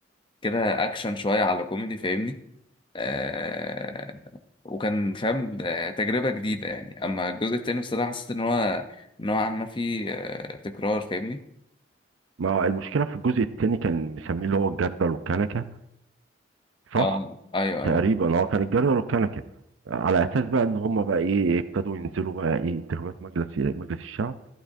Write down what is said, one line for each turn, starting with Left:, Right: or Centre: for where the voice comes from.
Left: كده اكشن شوية على كوميدي فاهمني آه، وكان فاهم آه، تجربة جديدة يعني اما الجزء التاني بصراحة حسيت ان هو نوعا ما فيه آه، تكرار فاهمني
Right: ما المشكلة في الجزء التاني كان مسميه اللي هو الجردل والكنكة صح
Left: اه ايوه
Right: تقريبا
Left: ايوه
Right: هو كان الجزر والكنكه على اساس بقى ان هم بقى ايه ابتدوا ينزلوا بقى ايه انتخابات مجلس مجلس الشعب